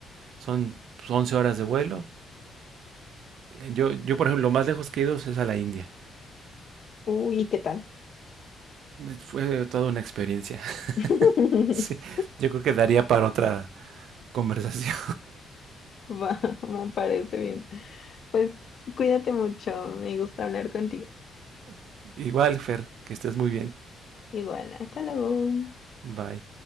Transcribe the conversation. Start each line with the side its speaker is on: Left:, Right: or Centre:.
Right: son 11 horas de vuelo. Yo, yo por ejemplo, lo más lejos que he ido es a la India.
Left: Uy, ¿qué tal?
Right: Fue toda una experiencia. <laughs>
Left: <laughs>
Right: Sí, yo creo que daría para otra conversación.
Left: Va, <laughs> me parece bien. Pues cuídate mucho, me gusta hablar contigo.
Right: <laughs> Igual, Fer, que estés muy bien.
Left: Igual, hasta luego.
Right: Bye.